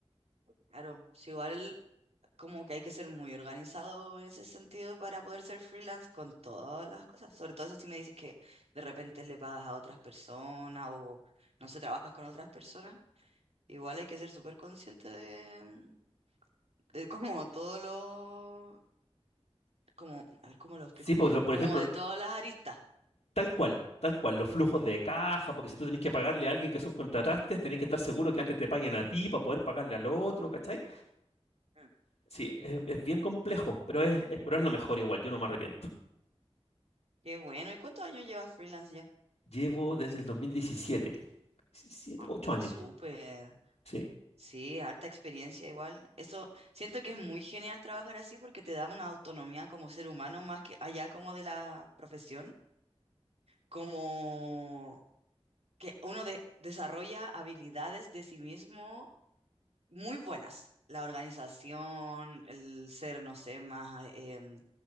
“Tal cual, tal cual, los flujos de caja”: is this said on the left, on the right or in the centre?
Left